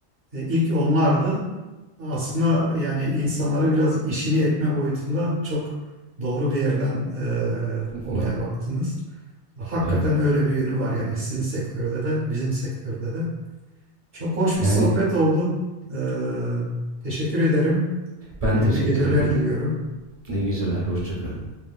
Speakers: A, on the right; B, on the right.
A: E, ilk onlardı. Aslında yani insanları biraz işini etme boyutunda çok doğru bir yerden e,
B: <laughs>
A: olaya baktınız. Hakikaten
B: evet.
A: öyle bir yönü var yani sizin sektörde de bizim sektörde de. Çok hoş bir
B: Yani
A: sohbet oldu. E, teşekkür ederim.
B: ben
A: Hayırlı
B: teşekkür
A: geceler
B: ederim.
A: diliyorum.
B: İyi geceler. Hoşçakalın.